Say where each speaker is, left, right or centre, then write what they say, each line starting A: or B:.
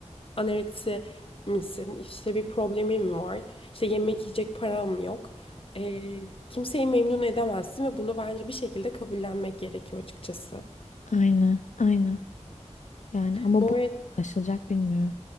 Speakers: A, on the left (about 50°); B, on the left (about 80°).
A: Anoreksi misin? İşte bir problemin mi var? İşte yemek yiyecek param mı yok? E, kimseyi memnun edemezsin ve bunu bence bir şekilde kabullenmek gerekiyor açıkçası.
B: Aynen, aynen. Yani ama
A: Bu
B: bu nasıl
A: arada
B: aşılacak bilmiyorum.